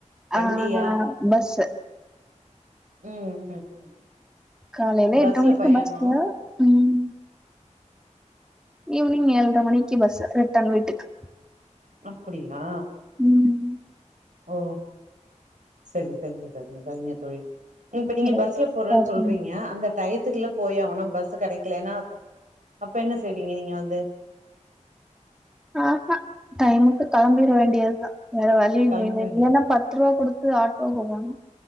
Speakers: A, on the right (about 85°); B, in the centre.
A: வண்டியா
B: ஆ நா பஸ்ஸு
A: ம் ம் ம்
B: காலைல
A: பஸ்ல
B: எட்டு மணிக்கு
A: பயணோ
B: பஸ்ல ம் ஈவினிங் ஏல்ற மணிக்கு பஸ்ஸு ரிட்டன் வீட்டுக்கு
A: அப்படியா
B: ம்
A: ஓ செரி செரிங்க செரிங்க செரிங்க தோழி இப்ப நீங்க
B: ஒரு
A: பஸ்ல போறன் சொல்றீங்க அந்த டையத் துக்குள்ள போயே ஆவனு பஸ்ஸு கடைகலன்னா அப்ப அப்ப என்ன செய்வீங்க நீங்க வந்து
B: ஆஹா டைமுக்கு கெளம்பிட வேண்டியதுதா வேற வழி இல்லைல
A: கெளம்ப வேண்டியதா
B: இல்லனா பத்து ரூவா குடுத் து ஆட்டோக்கு போணு